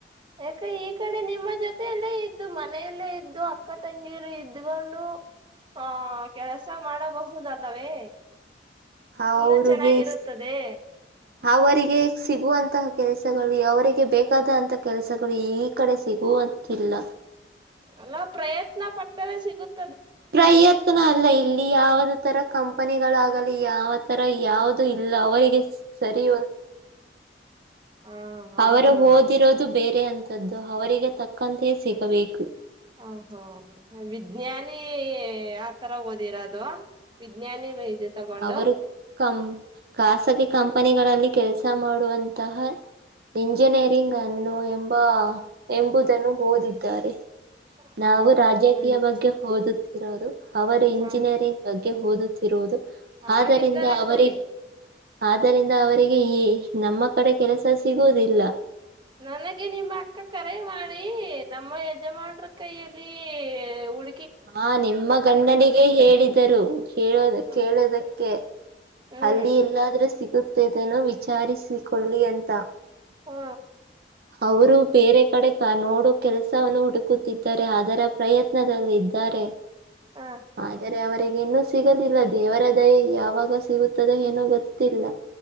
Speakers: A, on the right; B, on the right.
A: ಯಾಕ ಈ ಕಡೆ ನಿಮ್ಮ ಜೊತೆಯಲ್ಲೇ ಇದ್ದು ಮನೆಯಲ್ಲೇ ಇದ್ದು ಅಕ್ಕ ತಂಗೀರು ಇದ್ಕೊಂಡು ಹಾ ಕೆಲಸ ಮಾಡಬಹುದಲ್ಲವೇ
B: ಅವ್ರಿಗೆ
A: ಇನ್ನುೂ ಚೆನ್ನಾಗಿರುತ್ತದೆ
B: ಅವರಿಗೆ ಸಿಗುವಂತಹ ಕೆಲಸಗಳು ಅವರಿಗೆ ಬೇಕಾದಂತಹ ಕೆಲಸಗಳು ಈ ಕಡೆ ಸಿಗು ಹೊತ್ತಿಲ್ಲ
A: ಅಲ ಪ್ರಯತ್ನ ಪಟ್ಟರೆ ಸಿಗುತ್ತೆ
B: ಪ್ರಯತ್ನ ಅಲ್ಲ ಇಲ್ಲಿ ಯಾಾವದ ತರ ಕಂಪನಿಗಳಾಗಲಿ ಯಾವ ತರ ಯಾವುದು ಇಲ್ಲ ಅವರಿಗೆ ಸರಿ
A: ಹ
B: ಅವರು
A: ಆತರನ
B: ಹಓದಿರೋದು ಬೇರೆ ಅಂತ ಅವರಿಗೆ ತಕ್ಕಂತೆಯೇ ಸಿಗಬೇಕು
A: ಹ ಹಾ ವಿಜ್ಞಾನಿ ಆ ತರ ಓದಿರ ಅದು ವಿಜ್ಞಾನಿ ಇದು ತಗೊಂಡು
B: ಅವರು ಕಂ ಖಾಸಗಿ ಕಂಪನಿಗಳಲ್ಲಿ ಕೆಲಸ ಮಾಡುವಂತಹ. ಇಂಜಿನಿಯರಿಂಗ್ ಅನ್ನು ಎಂಬ ಎಂಬುದನ್ನು ಓದಿದ್ದಾರೆ.
A: ಹ
B: ನಾವು ರಾಜಕೀಯ
A: ಸರಿ
B: ಬಗ್ಗೆ ಓದುತ್ತಿರೋದು ಅವರು ಇಂಜಿನಿಯರಿಂಗ್
A: ಹ
B: ಬಗ್ಗೆ. ಓದುತ್ತಿರುವುದು.
A: ಹಾಗಿದ್ದರೆ
B: ಆದ್ದರಿಂದ ಅವರಿಗೆ,
A: ಸರಿ
B: ಆದ್ದರಿಂದ ಅವರಿಗೆ ಈ ನಮ್ಮ ಕಡೆ ಕೆಲಸ ಸಿಗುವುದಿಲ್ಲ.
A: ನನಗೆ ನಿಮ್ಮ ಅಕ್ಕ ಕರೆ ಮಾಡಿ ನಮ್ಮ ಯಜಮಾನರ ಕೈಯಲ್ಲಿ ಹ <unintelligible>
B: ಹಾ ನಿಮ್ಮ ಗಂಡನಿಗೆ ಹೇಳಿದರು. ಕೇಳೋ
A: ಹ್ಮ್
B: ಕೇಳೋದಕ್ಕೆ
A: ಹ್ಮ್
B: ಅಲ್ಲಿ ಎಲ್ಲಾದ್ರೆ ಸಿಗುತ್ತೇದನೋ ವಿಚಾರಿಸಿಕೊಳ್ಳಿ ಅಂತ.
A: ಹಾ
B: ಅವರು ಬೇರೆ ಕಡೆ ನೋಡು ಕೆಲಸವನ್ನು ಹುಡುಕುತ್ತಿದ್ದಾರೆ ಅದರ ಪ್ರಯತ್ನ. ದಲ್ಲಿದ್ದಾರೆ
A: ಹ
B: ಆದರೆ ಅವರಿಗೆ ಇನ್ನು ಸಿಗಲಿಲ್ಲ ದೇವರ ದಯ ಯಾವಾಗ ಸಿಗುತ್ತದೆ ಏನೋ ಗೊತ್ತಿಲ್ಲ.